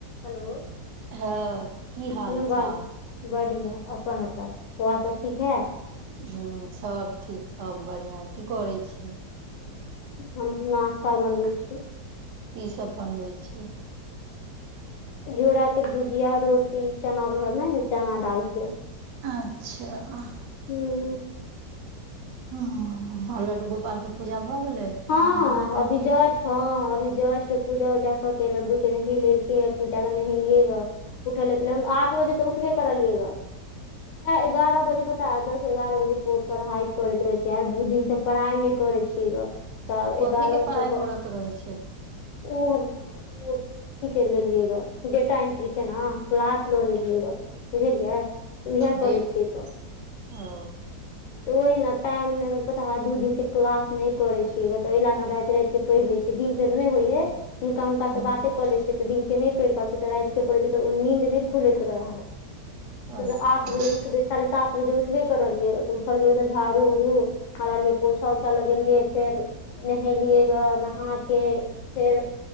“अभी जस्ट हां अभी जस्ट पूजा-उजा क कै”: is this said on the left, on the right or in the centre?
Left